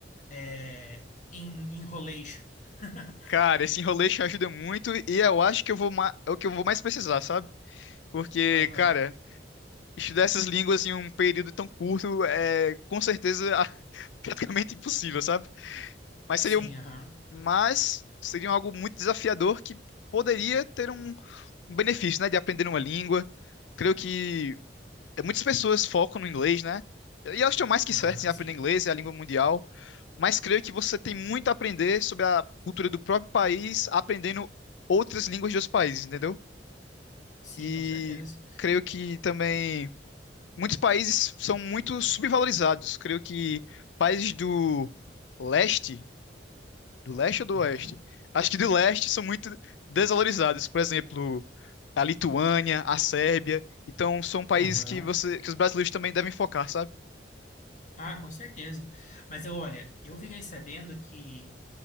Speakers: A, on the left; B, on the left.
A: é, en- enrolation? <laughs>
B: Cara, esse enroleixo ajuda muito e eu acho que eu vou ma- é o que eu vou mais precisar, sabe? Porque,
A: Aham.
B: cara, Estudar essas línguas em um período tão curto é com certeza a- <laughs> praticamente impossível, sabe? Mas
A: Sim,
B: seria, um-
A: aham.
B: mas seria algo muito desafiador que poderia ter um, um benefício, né, de aprender uma língua. Creio que é, muitas pessoas focam no inglês, né? E elas estão mais que
A: Aham,
B: certas em aprender
A: sim.
B: inglês, é a língua mundial. Mas creio que você tem muito a aprender sobre a cultura do próprio país, aprendendo outras línguas de outros países, entendeu?
A: Sim,
B: E
A: com certeza.
B: creio que também muitos países são muito subvalorizados. Creio que países do leste, do leste ou do
A: Uhum.
B: oeste? Acho que do leste são muito desvalorizados. Por exemplo, a Lituânia, a Sérbia. Então, são países
A: Aham.
B: que você, que os brasileiros também devem focar, sabe?
A: Ah, com certeza. Mas eu, olha, eu fiquei sabendo que